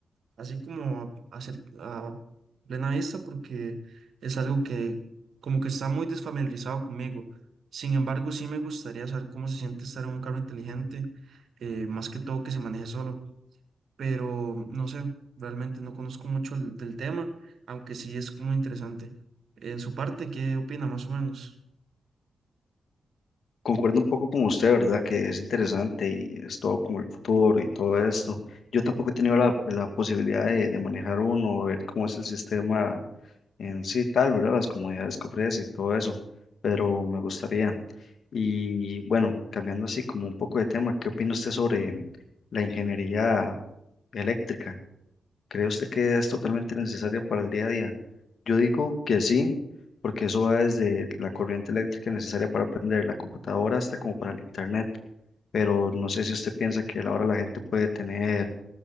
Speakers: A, on the right (about 70°); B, on the left (about 65°).
A: así como a, cer- a plena vista, porque es algo que como que está muy desfamiliarizado conmigo. Sin embargo, sí me gustaría saber cómo se siente estar en un carro inteligente, eh, más que todo que se maneje solo, pero no sé, realmente no conozco mucho el- del tema, aunque sí es muy interesante. En su parte, ¿qué opina más o menos?
B: Concuerdo un poco con usted, ¿verdad? Que es interesante y es todo como el futuro y todo esto. Yo tampoco he tenido la, la posibilidad de, de manejar uno, ver cómo es el sistema en sí tal, ¿verdad? Las comodidades que ofrece y todo eso, pero me gustaría. Y bueno, cambiando así como un poco de tema, ¿qué opina usted sobre la ingeniería eléctrica? ¿Cree usted que es totalmente necesaria para el día a día? Yo digo que sí, porque eso va desde la corriente eléctrica necesaria para aprender la computadora hasta como para el internet, pero no sé si usted piensa que ahora la gente puede tener,